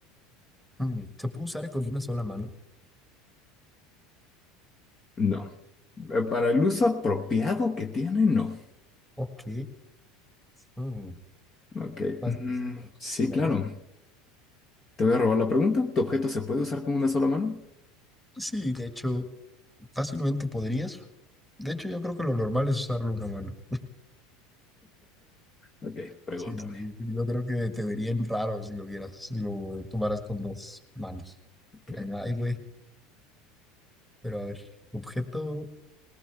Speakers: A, in the centre; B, on the left.
A: hmm, ¿se puede usar con una sola mano?
B: No. Eh, Para el uso apropiado que tiene, no.
A: Ok. hmm,
B: Ok.
A: Más
B: Mm,
A: difícil,
B: sí,
A: Sí, a
B: claro.
A: ver.
B: Te voy a robar la pregunta. ¿Tu objeto se puede usar con una sola mano?
A: Sí, de hecho, fácilmente podrías. De hecho, yo creo que lo normal es usarlo una mano.
B: Ok, pregúntame.
A: Sí, sí, sí. Yo creo que te verían raro si lo vieras, si lo tomaras con dos manos.
B: Ok.
A: Dirían, Ay, güey. Pero a ver, objeto.